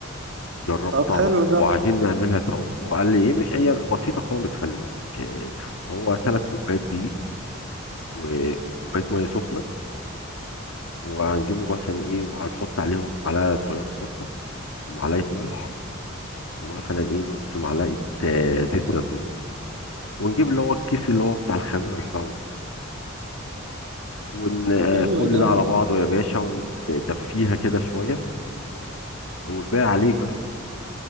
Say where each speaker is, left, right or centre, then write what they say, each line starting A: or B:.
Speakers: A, on the left; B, on the right.
A: جربتها
B: طب حلو
A: وعايزين
B: ده
A: نعملها سوا هو قال لي ايه مش هي بسيطه خالص خلي بالك آه، هو ثلاث كوبايات دقيق و- وكوبايه ميه سخنه وهنجيبه مثلا ايه وهنحط عليهم معلقه صغيره سكر ومعلقه ملح ومثلا ايه نص معلقه آه، زيت زيتون ونجيب اللي هو الكيس اللي هو بتاع الخميره الفوري دي ون آه،
B: حلو
A: كل
B: ده
A: ده على بعضه يا باشا وندفيها كده شويه والباقي عليك بقى